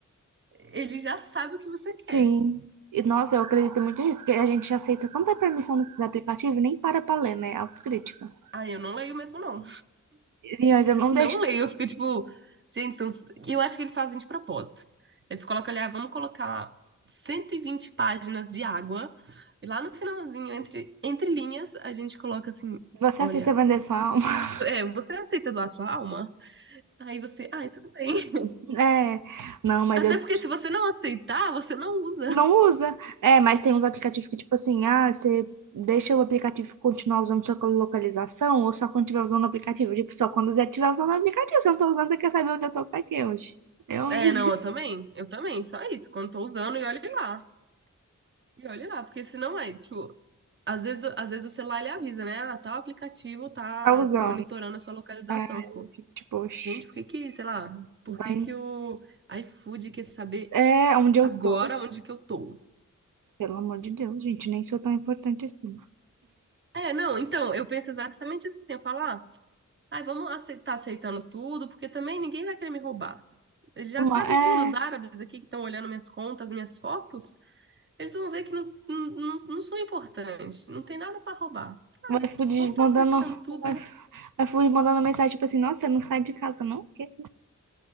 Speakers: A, on the right (about 35°); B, on the right (about 85°).
A: ele já sabe o que você
B: Sim.
A: quer.
B: E, nossa, eu acredito muito nisso, que a gente aceita tanta permissão nesses aplicativos, nem para pra ler, né? Autocrítica.
A: Aí eu não leio mesmo, não.
B: E, Mas eu não
A: Não
B: deixo.
A: leio, eu fico tipo, gente, são... e eu acho que eles fazem de propósito. Eles colocam ali, ah, vamos colocar 120 páginas de água, e lá no finalzinho, entre, entre linhas, a gente coloca assim:
B: Você
A: olha,
B: aceita vender sua alma? <laughs>
A: é, você aceita doar sua alma? Aí você, ai, tudo bem. <laughs>
B: É. Não, mas
A: Até
B: eu
A: porque se você não aceitar, você não usa.
B: Não usa. É, mas tem uns aplicativos que, tipo assim, ah, você deixa o aplicativo continuar usando sua localização ou só quando estiver usando o aplicativo. Tipo, só quando você estiver usando o aplicativo. Se eu não tô usando, você quer saber onde eu tô pra quê hoje? Eu,
A: É,
B: hein?
A: não, eu também, eu também, só isso. Quando tô usando, e olhe lá. E olhe lá, porque senão é, tipo, às vezes, às vezes o celular ele avisa, né? Ah, tal aplicativo tá
B: <laughs> Tá usando.
A: monitorando a sua localização.
B: É, eu fico tipo, oxe,
A: Gente, por que que, sei lá, por
B: vai.
A: que que o iFood quer saber
B: É, onde eu
A: agora
B: tô?
A: onde que eu tô?
B: Pelo amor de Deus, gente, nem sou tão importante assim.
A: É, não, então, eu penso exatamente assim, eu falo, ah, ai, vamos aceitar, aceitando tudo, porque também ninguém vai querer me roubar. Eles já
B: Uma,
A: sabem
B: é,
A: tudo, os árabes aqui que estão olhando minhas contas, minhas fotos, eles vão ver que não, não, não, não sou importante, não tem nada pra roubar. Ah,
B: o iFood
A: vamos estar
B: mandando,
A: aceitando tudo,
B: o iFood
A: né?
B: o iFood mandando mensagem, tipo assim, nossa, você não sai de casa, não? O quê?